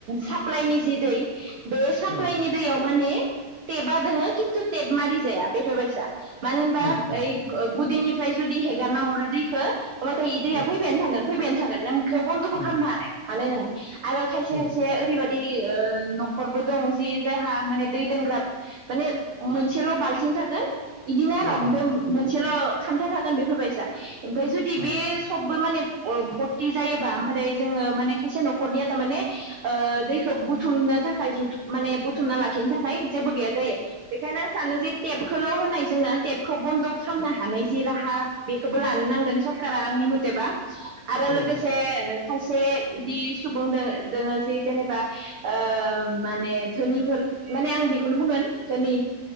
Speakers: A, on the right; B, on the left.
A: साप्लाइनि जि दै <inaudible> बे साप्लाइनि
B: उम
A: दैयाव माने टेबा दंङो खिन्थु टेप मारि जाया बेफोर बायसा। मानोहोनबा
B: उम
A: बै
B: उम
A: गुदिनिफ्राय जुदि हेगारना हरनाय दैखो। नाथाय इ दैया
B: उम
A: फैबायानो थागोन फैबायानो थागोन। <unintelligible> एखो बन्द'बो
B: उम
A: खालामनो हानाय नङा आरो खायसे
B: उम
A: खायसे ओरैबा बि ओ न'खरबो दं जि जायहा माने दै दोनग्रा माने मोनसेल' बाल्थिं थागोन। इदिनो आरो
B: अ
A: ओमफ्राय।
B: अ
A: मोनसेल' खान्था थागोन बेफोरबायसा। ओमफ्राय जुदि
B: अ
A: बे सबबो माने ओ फरथि जायोबा ओमफ्राय जोङो माने खायसे न'खरनिया थारमाने ओ दैखौ बुथुमनो थाखाय जुथुम माने बुथुमना लाखिनो थाखाय जेबो गैया जायो बेखायनो आं सानो जे टेपखौल' होनाय जोंना टेबखौ बन्द' खालामनो हानाय जि राहा बेखौबो लानो नांगोन सरकारा आंनि मथेबा। आरो
B: औ
A: लोगोसे
B: औ
A: खायसे इदि सुबुं दोङो दोङो जि जेनेबा ओ माने धोनिफोर माने आं बेखौनो बुंगोन धोनि।